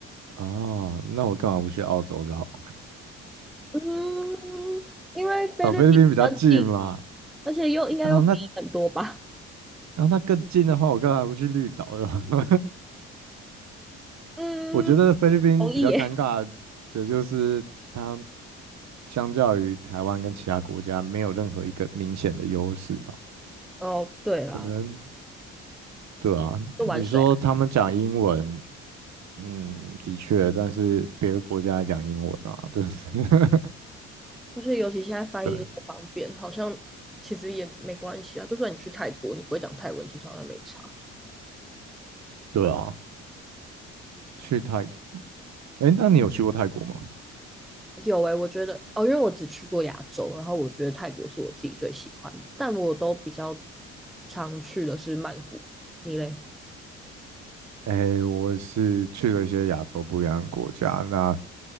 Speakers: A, on the right (about 55°); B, in the centre.
A: 哦，那我干嘛不去澳洲就好？
B: 嗯，因为菲律宾比较近，
A: 哦，菲律宾比较近嘛。
B: 而且又应该又便宜很多吧。
A: 然后那然后那更近的话，我干嘛不去绿岛呢？<laughs>
B: 嗯，
A: 我觉得菲律宾比较尴尬的就是它
B: 同意耶。
A: 相较于台湾跟其他国家没有任何一个明显的优势啊。
B: 哦，对啦，
A: 可能对啊，
B: 就玩水啊，
A: 你说他们讲英文，嗯，的确，但是别的国家也讲英文啊，对 <laughs>
B: 而且尤其现在翻译都不方便，
A: 对
B: 好像其实也没关系啊。就算你去泰国，你不会讲泰文，其实好像没差。
A: 对啊，去泰，哎，那你有去过泰国吗？
B: 有诶、欸我觉得哦，因为我只去过亚洲，然后我觉得泰国是我自己最喜欢，但我都比较常去的是曼谷。你嘞？
A: 诶，我是去了一些亚洲不一样的国家，那